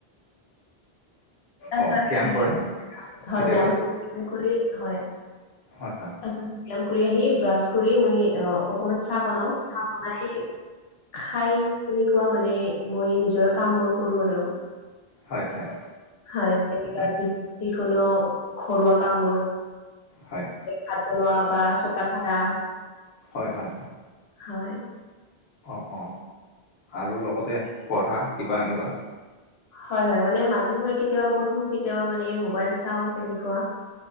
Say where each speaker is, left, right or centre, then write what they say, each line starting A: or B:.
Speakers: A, on the left (about 80°); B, on the left (about 50°).
A: তাৰপিছত
B: অ ধ্যান
A: আহি
B: কৰে
A: হয়
B: কেতিয়াবা
A: ব্যায়াম কৰিলি হয়।
B: হয় হয়,
A: ব্যাম কৰি আহি ব্ৰাছ কৰি মই অঁ অকনমান চাহ বনাও চাহ বনাই খাই তেনেকুৱা মানে মই নিজৰ কাম বোৰ কৰো আৰু।
B: হয় হয়,
A: হয় তেৰিকা
B: হয়
A: যিকোনো ঘৰুৱা কামবোৰ।
B: হয়,
A: ভাত বনোৱা বা চোতাল হাৰা।
B: হয় হয়,
A: হয়,
B: অঁ অঁ আৰু লগতে পঢ়া কিবা এনেকুৱা।
A: হয় হয়, মানে মাজে সময়ে কেতিয়াবা পঢ়ো কেতিয়াবা মানে মবাইল চাও তেনেকুৱা।